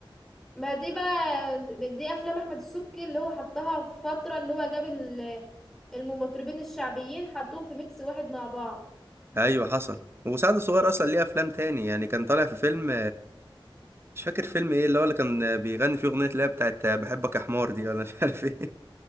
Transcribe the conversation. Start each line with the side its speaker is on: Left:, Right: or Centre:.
Centre: ما دي بقى دي افلام احمد السبكي اللي هو حطها في فترة ان هو جاب ال- المطربين الشعبيين حطهم في ميكس واحد مع بعض
Right: ايوه حصل وسعد الصغير اصلا ليه افلام تاني يعني كان طالع في فيلم مش فاكر فيلم ايه اللي هو اللي كان بيغني فيه اغنيه اللي هي بتاعت بحبك يا حمار دي ولا مش عارف ايه